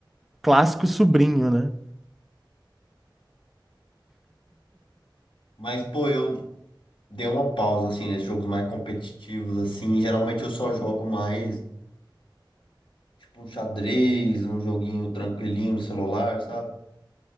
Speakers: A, in the centre; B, on the left.
A: Clássico sobrinho, né?
B: Mas, pô, eu, deu uma pausa assim nesses jogos mais competitivos assim. Geralmente eu só jogo mais tipo um xadrez, um joguinho tranquilinho no celular, sabe?